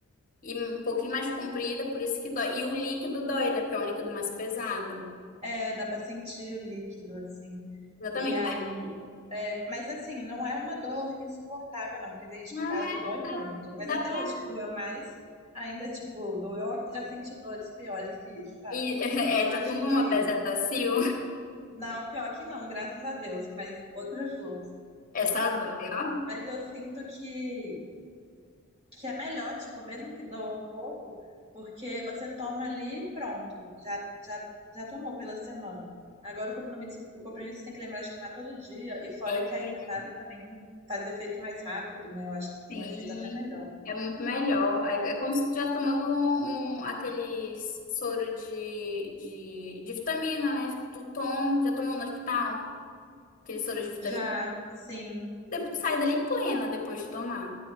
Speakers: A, on the left (about 40°); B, on the right (about 30°).
A: e um pouquinho mais comprida, por isso que dói. E o líquido dói, né? Porque é um líquido mais pesado.
B: É, dá pra sentir o líquido, assim.
A: Exatamente.
B: E aí.
A: Aí,
B: é, mas assim, não é uma dor insuportável, não, porque tem gente
A: ah,
B: que fala que dói muito. Mas
A: dá,
B: até
A: dá.
B: hoje que doeu mais, ainda, tipo, doeu. Já senti dores piores que isso, sabe?
A: E, <laughs> é,
B: E eu
A: já
B: acho
A: tomou
B: que.
A: uma bezetacil?
B: Não, pior que não, graças a Deus, mas outras dores.
A: Essa dói, ó.
B: Mas eu sinto que, que é melhor, tipo, mesmo que doa um pouco, porque você toma ali e pronto, já, já, já tomou pela semana. Agora o compromisso, o compromisso você tem que lembrar de tomar todo dia, e fora
A: É
B: que a injetável também faz efeito mais rápido, né? Eu acho que tem
A: Sim,
B: um efeito até melhor.
A: é muito melhor. É, é como se tu estivesse tomando um, um- aqueles soro de, de, de vitamina, né? Tipo, tu toma, já tomou no hospital, aquele soro de vitamina.
B: Já, sim,
A: Depois tu sai dali plena depois de tomar.